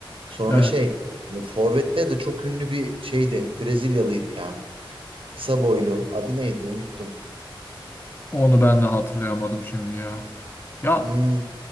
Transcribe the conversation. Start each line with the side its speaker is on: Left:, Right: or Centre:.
Right: Sonra
Left: Evet.
Right: şey, e, Forvet'te de çok ünlü bir şeydi. Brezilyalıydı ya. Kısa boylu. Adı neydi? Unuttum.
Left: Onu ben de hatırlayamadım şimdi ya. Ya
Right: Hmm,